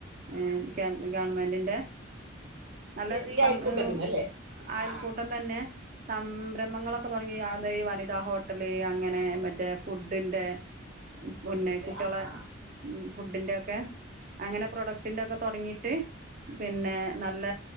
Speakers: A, on the right (about 45°); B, on the right (about 70°).
A: എ കേന്ദ്രഗവൺമെന്റിന്റ. നല്ല
B: ഏത് ഈ
A: സമയവും
B: അയൽക്കൂട്ടത്തിന്ന് അല്ലേ
A: അയൽക്കൂട്ടം
B: ആ ആ
A: തന്നെ സംരംഭങ്ങളൊക്കെ തുടങ്ങിയ ഈ വനിതാ ഹോട്ടല് അങ്ങനെ മറ്റേ ഫുഡിന്റെ
B: കൊണ്ടിട്ട്
A: പിന്നെ കുട്ടികളെ.
B: ആ ആ ആ
A: ഫുഡിന്റെ ഒക്കെ അങ്ങനെ പ്രൊഡക്ടിന്റെ ഒക്കെ തുടങ്ങീട്ട്. പിന്നെ നല്ല